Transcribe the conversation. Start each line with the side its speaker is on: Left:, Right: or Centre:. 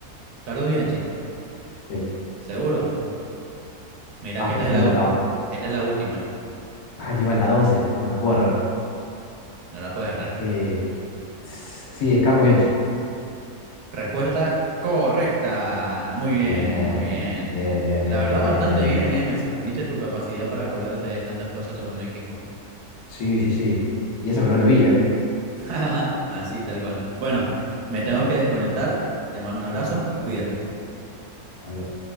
Right: Carlos Bianchi,
Left: Sí.
Right: seguro. Mira
Left: Ah,
Right: que
Left: es
Right: esta
Left: que estoy
Right: es la,
Left: entretado.
Right: u- esta es la última.
Left: Ah, encima es la doce No la puedo errar.
Right: No la puedes errar.
Left: Eh, sí, es Carlos Bianchi.
Right: Respuesta correcta. Muy bien,
Left: Bien,
Right: muy bien.
Left: bien, bien, bien,
Right: La verdad,
Left: bien,
Right: bastante
Left: bien, bien,
Right: bien,
Left: bien.
Right: ¿eh? Me sorprendiste tu capacidad para acordarte de tantas cosas sobre un equipo.
Left: Sí, sí, sí. Y eso que no lo vi, ¿eh?
Right: <laughs> Así, tal cual. Bueno, me tengo que desconectar. Te mando un abrazo y cuídate.
Left: Amigo.